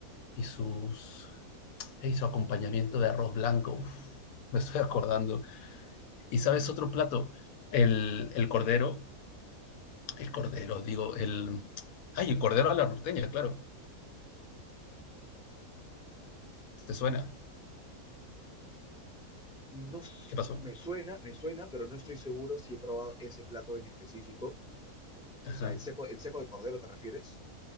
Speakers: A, on the left; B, in the centre.
A: y sus y su acompañamiento de arroz blanco. Uf, me estoy acordando. Y sabes, otro plato, el, el cordero, el cordero, digo, el... Ay, el cordero a la norteña, claro. ¿Te suena?
B: No, s-
A: ¿Qué pasó?
B: me suena, me suena, pero no estoy seguro si he probado ese plato en específico. O
A: Ajá.
B: sea, el seco, el seco de cordero, ¿te refieres?